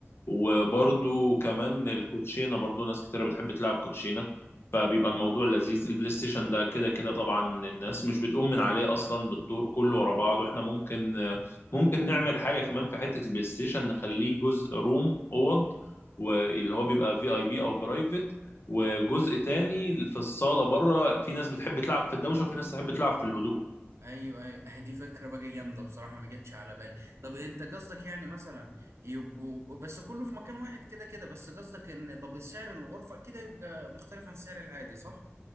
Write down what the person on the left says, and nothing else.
وبرضو كمان الكوتشينة برضو ناس كتيرة بتحب تلعب كوتشينة فبيبقى
الموضوع لذيذ البلاي ستيشن ده كده كده طبعا الناس مش بتقوم من عليه أصلا بالدور كله ورا بعض وإحنا ممكن ممكن نعمل حاجة كمان في حتة البلاي ستيشن نخليه جزء روم أوض واللي هو بيبقى في اي بي او برايفت وجزء تاني في الصاله بره في ناس بتحب تلعب في الدوشه وفي ناس تحب تلعب في الهدوء